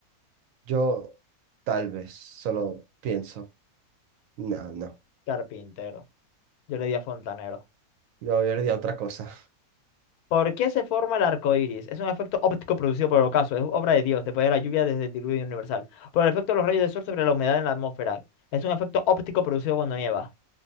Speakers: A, on the right; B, on the left.
A: Yo tal vez solo pienso, no, no,
B: Carpintero. Yo le di a fontanero.
A: yo, yo le di a otra cosa. <laughs>
B: ¿Por qué se forma el arco iris? Es un efecto óptico producido por el ocaso. Es obra de Dios, después de la lluvia desde el diluvio universal. Por el efecto de los rayos del sol sobre la humedad en la atmósfera. Es un efecto óptico producido cuando nieva.